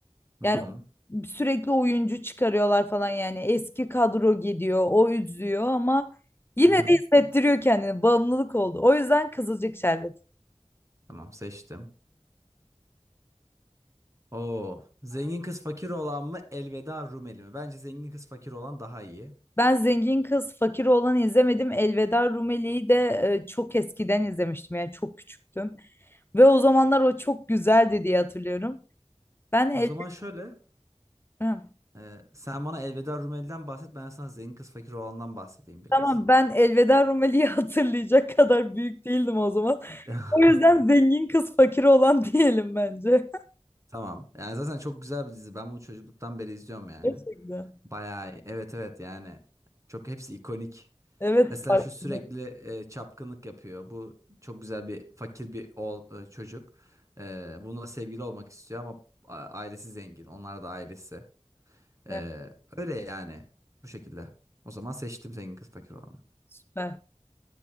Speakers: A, on the right (about 30°); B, on the left (about 20°).
A: Hı
B: Yani
A: hı.
B: sürekli oyuncu çıkarıyorlar falan yani. Eski kadro gidiyor, o üzüyor ama yine
A: Hı hı.
B: de hissettiriyor kendini. Bağımlılık oldu. O yüzden Kızılcık Şerbeti.
A: Tamam seçtim. Oo. Zengin kız fakir olan mı? Elveda Rumeli mi? Bence zengin kız fakir olan daha iyi.
B: Ben Zengin Kız Fakir Oğlan'ı izlemedim. Elveda Rumeli'yi de e, çok eskiden izlemiştim. Yani çok küçüktüm. Ve o zamanlar o çok güzeldi diye hatırlıyorum. Ben el...
A: O zaman şöyle.
B: Hı.
A: e, sen bana Elveda Rumeli'den bahset. Ben sana zengin kız fakir olandan bahsedeyim biraz.
B: Tamam ben Elveda Rumeli'yi <laughs> hatırlayacak kadar büyük değildim o zaman.
A: <laughs>
B: O yüzden Zengin Kız Fakir Oğlan <laughs> diyelim bence.
A: Tamam. Yani zaten çok güzel bir dizi. Ben bunu çocukluktan beri izliyorum yani.
B: Gerçekten.
A: Bayağı iyi. Evet evet yani. Çok hepsi ikonik.
B: Evet
A: Mesela
B: farkında.
A: şu sürekli e, çapkınlık yapıyor. Bu çok güzel bir fakir bir oğul e, çocuk. E, bununla sevgili olmak istiyor ama a- ailesi zengin. Onlar da ailesi. Ee,
B: Evet,
A: öyle yani. Bu şekilde. O zaman seçtim zengin kız fakir olanı.
B: süper.